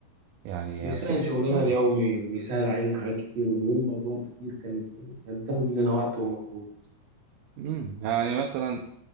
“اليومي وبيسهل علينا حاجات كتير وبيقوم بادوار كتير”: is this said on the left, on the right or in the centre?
Right